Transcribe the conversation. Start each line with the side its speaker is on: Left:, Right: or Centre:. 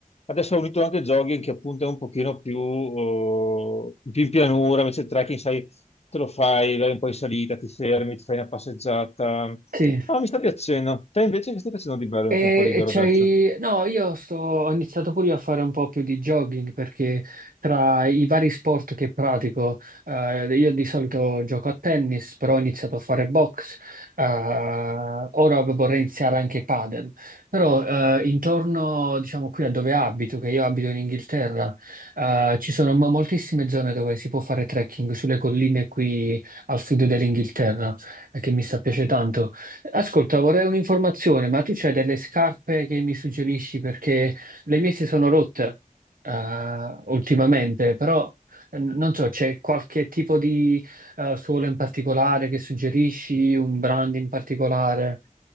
Left: adesso ho unito anche il jogging che appunto è un pochino più, oh, più in pianura, invece il trekking, sai, te lo fai, vai un po' in salita, ti fermi, ti fai una passeggiata,
Right: sì.
Left: no, mi sta piacendo, te invece che stai facendo di bello nel
Right: E
Left: tempo libero
Right: e c'hai...
Left: adesso?
Right: No, io sto... ho iniziato pure io a fare un po' più di jogging perché tra i vari sport che pratico, eh, io di solito gioco a tennis, però ho iniziato a fare box, eh, ora vorrei iniziare anche padel, però eh, intorno, diciamo, qui a dove abito, che io abito in Inghilterra, eh, ci sono mo- moltissime zone dove si può fare trekking sulle colline qui al sud dell'Inghilterra, eh, che mi sta piace tanto. Ascolta, vorrei un'informazione, ma tu c'hai delle scarpe che mi suggerisci? Perché le mie si sono rotte eh, ultimamente, però eh, non so, c'è qualche tipo di eh, suola in particolare che suggerisci, un brand in particolare?